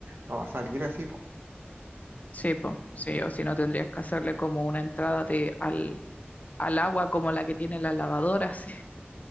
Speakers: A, on the right; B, on the left.
A: no va a salir así, pues.
B: sí, po, sí, o si no tendrías que hacerle como una entrada de, al, al agua como la que tiene la lavadora, <laughs> así.